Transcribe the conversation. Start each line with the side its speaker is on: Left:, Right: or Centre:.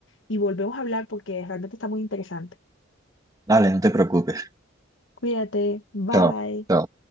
Left: y volvemos a hablar porque realmente está muy interesante.
Right: Dale, no te preocupes.
Left: Cuídate, bye.
Right: Chao. Chao.